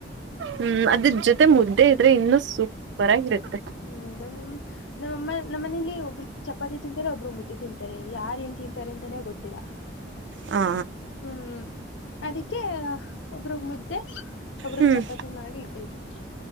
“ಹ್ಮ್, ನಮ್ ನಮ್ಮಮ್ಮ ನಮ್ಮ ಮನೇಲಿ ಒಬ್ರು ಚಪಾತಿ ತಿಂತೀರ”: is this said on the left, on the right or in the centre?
Left